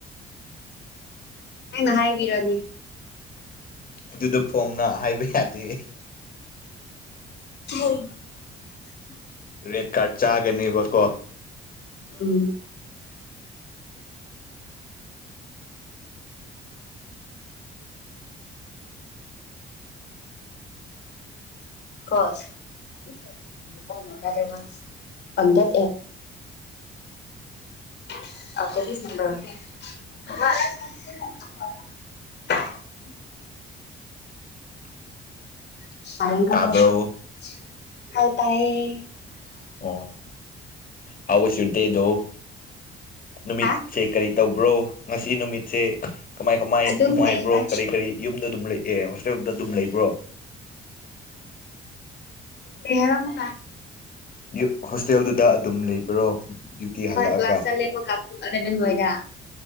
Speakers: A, on the left; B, on the left.
A: ꯑꯩꯅ ꯍꯥꯏꯕꯤꯔꯅꯤ
B: ꯑꯗꯨꯗ ꯐꯣꯡꯅ ꯍꯥꯏꯕ ꯌꯥꯗꯦ ꯍꯤꯍꯤ
A: <unintelligible>
B: ꯔꯦꯠ ꯀꯥꯔꯠ ꯆꯥꯒꯅꯦꯕꯀꯣ
A: ꯎꯝ ꯀꯣꯁ <unintelligible> better one on that app <unintelligible>
B: <inaudible>
A: <unintelligible>
B: ꯇꯥꯕ꯭ꯔꯣ
A: ꯍꯥꯏ ꯇꯥꯌꯦ
B: ꯑꯣ ꯍꯥꯎ ꯋꯥꯁ ꯌꯣꯔ ꯗꯦ ꯗꯣ ꯅꯨꯃꯤꯠ
A: ꯍꯥ
B: ꯁꯦ ꯀꯔꯤ ꯇꯧꯕ꯭ꯔꯣ ꯉꯁꯤ ꯅꯨꯃꯤꯠꯁꯦ ꯀꯃꯥꯏ ꯀꯃꯥꯏ
A: ꯑꯗꯨꯝ
B: ꯅꯨꯡꯉꯥꯏꯕ꯭ꯔꯣ
A: ꯂꯩꯌꯦꯗ
B: ꯀꯔꯤ ꯀꯔꯤ ꯌꯨꯝꯗ ꯑꯗꯨꯝ ꯂꯩ ꯑꯦ ꯍꯣꯁꯇꯦꯜꯗ ꯑꯗꯨꯝ ꯂꯩꯕ꯭ꯔꯣ
A: ꯀꯩ ꯍꯥꯢꯕ ꯑꯃꯨꯛꯀꯥ
B: ꯌꯨꯠ ꯍꯣꯁꯇꯦꯜꯗꯨꯗ ꯑꯗꯨꯝ ꯂꯩꯕ꯭ꯔꯣ ꯗ꯭ꯌꯨꯇꯤ ꯍꯜꯂꯛꯑꯒ
A: ꯍꯣꯏ ꯀ꯭ꯂꯥꯁ ꯆꯠꯂꯦ ꯑꯃꯨꯛꯀꯥ ꯄꯨꯡ ꯑꯂꯚꯦꯟ ꯋꯥꯢꯗ